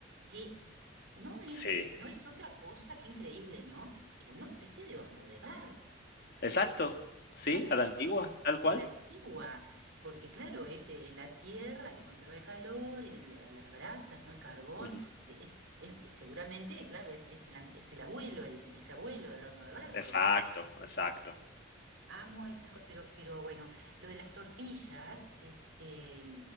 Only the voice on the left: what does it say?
sí,
exacto, sí,
a la antigua, tal cual.
Ujú.
Exacto, exacto.